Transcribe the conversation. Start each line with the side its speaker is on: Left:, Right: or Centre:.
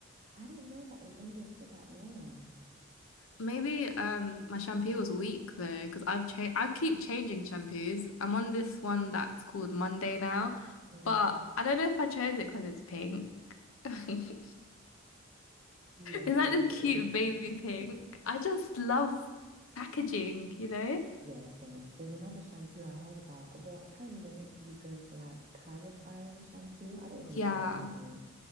Right: I didn't know that it lingers for that long.
Left: Maybe um my shampoo was weak though, because I've changed I keep changing shampoos. I'm on this one that's called Monday now,
Right: Mm.
Left: but I don't know if I chose it because it's pink. <laughs> Is
Right: You are
Left: that
Right: so
Left: this
Right: silly.
Left: cute baby
Right: <laughs>
Left: pink? I just love packaging, you know?
Right: Yeah, same. There's another shampoo I heard about. Well, apparently you're meant to be going for like clarifying shampoo. I don't even
Left: Yeah.
Right: know what that means,
Left: <laughs>